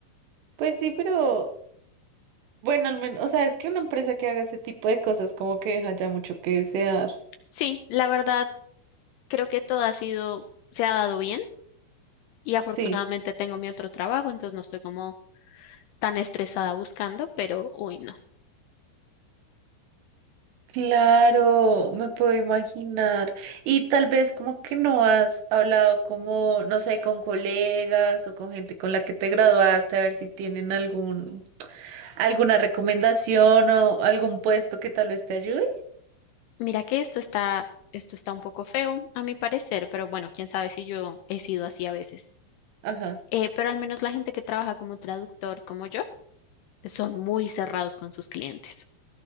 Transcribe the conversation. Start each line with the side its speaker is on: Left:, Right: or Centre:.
Right: Pues sí, pero bueno, al menos, o sea, es que una empresa que haga ese tipo de cosas como que deja ya mucho que desear.
Left: Sí, la verdad, creo que todo ha sido, se ha dado bien y afortunadamente
Right: Sí,
Left: tengo mi otro trabajo, entonces no estoy como tan estresada buscando, pero uy, no.
Right: claro, me puedo imaginar. Y tal vez como que no has hablado como, no sé, con colegas o con gente con la que te graduaste, a ver si tienen algún, alguna recomendación o algún puesto que tal vez te ayude.
Left: Mira que esto está, esto está un poco feo, a mi parecer, pero bueno, quién sabe si yo he sido así a veces.
Right: Ajá.
Left: Eh, pero al menos la gente que trabaja como traductor como yo son muy cerrados con sus clientes,